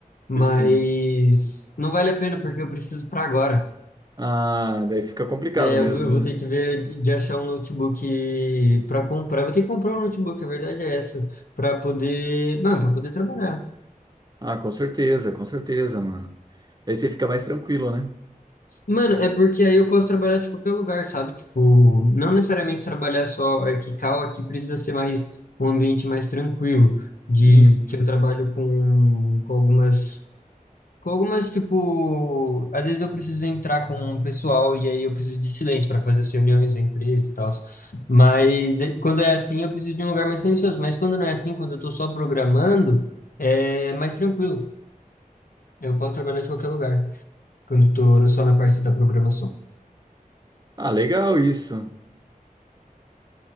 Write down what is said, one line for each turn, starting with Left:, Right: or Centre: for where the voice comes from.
Left: Mas
Right: E sim.
Left: não vale a pena, porque eu preciso para agora.
Right: Ah, daí fica complicado
Left: É,
Right: mesmo,
Left: eu eu
Right: né?
Left: vou ter que ver de de achar um notebook para comprar. Eu Vou ter que comprar um notebook, a verdade é essa, para poder, mano, para poder trabalhar.
Right: Ah, com certeza, com certeza, mano. Daí você fica mais tranquilo, né?
Left: Mano, é porque aí eu posso trabalhar de qualquer lugar, sabe? Tipo, não necessariamente trabalhar só aqui, cal, aqui precisa ser mais um ambiente mais tranquilo, de
Right: Hum.
Left: que eu trabalho com, com algumas, com algumas, tipo, às vezes eu preciso entrar com um pessoal e aí eu preciso de silêncio para fazer as reuniões da empresa e tal. Mas eh, quando é assim, eu preciso de um lugar mais silencioso. Mas quando não é assim, quando eu tô só programando, é mais tranquilo. Eu posso trabalhar de qualquer lugar, quando eu tô só na parte da programação.
Right: Ah, legal isso.